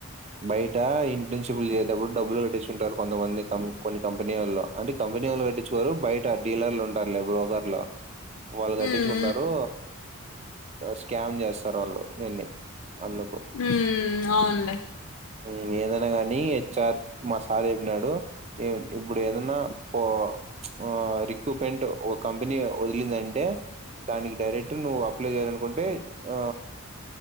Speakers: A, on the right (about 30°); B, on the left (about 80°).
A: బయట ఇన్పన్సిబుల్ చేసేటప్పుడు డబ్బులు కట్టించుంటారు కొంతమంది, కం కొన్ని కంపెనీ వొళ్ళు, అంటే కంపెనీ వొళ్ళు కట్టి రు బయట డీలర్లు ఉంటారులే బ్రోకర్లు, వాళ్ళు కట్టించుకుంటారు.
B: ఉమ్
A: స్కామ్ చేస్తారు వాళ్ళు దీన్ని అందుకు
B: ఉమ్ అవునండి
A: ఉమ్ ఏదైనా గాని హెచ్ డి ఆర్ మా సార్ చెప్పినాడు ఏ ఇప్పుడు ఎదన్నా పో ఆ రిక్రూపెంట్ ఒక కంపెనీ వదిలిందంటే దానికి డైరెక్ట్ నువ అప్లై చేయాలనుకుంటే ఆ